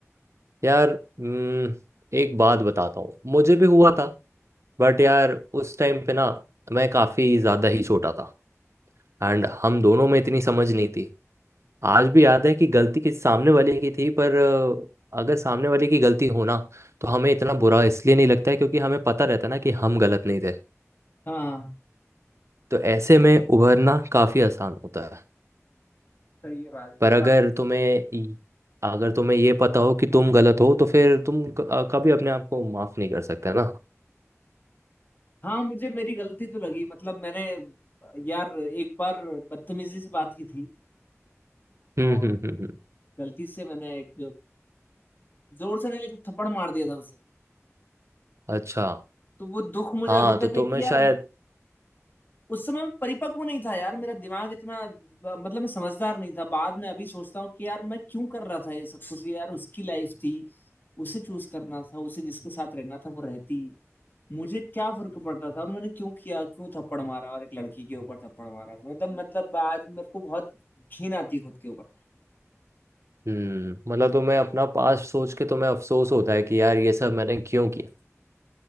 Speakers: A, on the right (about 60°); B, on the left (about 40°).
A: यार हम्म, एक बात बताता हूँ मुझे भी हुआ था बट यार उस टाइम पे ना मैं काफी ज्यादा ही छोटा था एंड हम दोनों में इतनी समझ नहीं थी आज भी याद है कि गलती किस सामने वाले की थी पर अ, अगर सामने वाले की गलती हो ना तो हमें इतना बुरा इसलिए नहीं लगता है क्योंकि हमें पता रहता है ना कि हम गलत नहीं थे
B: हाँ
A: तो ऐसे में उभरना काफी आसान होता है
B: सही है भाई
A: पर
B: ये
A: अगर
B: बात तो है
A: तुम्हें इ- अगर तुम्हें ये पता हो कि तुम गलत हो तो फिर तुम क- अ, कभी अपने आप को माफ नहीं कर सकते ना
B: हाँ मुझे मेरी गलती तो लगी मतलब मैंने यार एक बार बदतमीजी से बात की थी
A: हम्म
B: और
A: हम्म हम्म हम्म।
B: गलती से मैंने एक जोर से नहीं लेकिन थप्पड़ मार दिया था उसे
A: अच्छा
B: तो वो दुख मुझे
A: हाँ
B: अभी
A: तो
B: तक
A: तुम्हें
B: है कि यार
A: शायद
B: उस समय मैं परिपक्व नहीं था यार मेरा दिमाग इतना मतलब मैं समझदार नहीं था बाद में अभी सोचता हूँ कि यार मैं क्यों कर रहा था ये सब कुछ यार उसकी लाइफ थी उसे चूज करना था उसे जिसके साथ रहना था वो रहती मुझे क्या फर्क पड़ता था और मैंने क्यों किया क्यों थप्पड़ मारा और एक लड़की के ऊपर थप्पड़ मारा मतलब मतलब आज मेरे को बहुत घिन आती है खुद के ऊपर
A: हम्म मतलब तो मैं अपना पास्ट सोच के तो मैं अफसोस होता है कि यार ये सब मैंने क्यों किया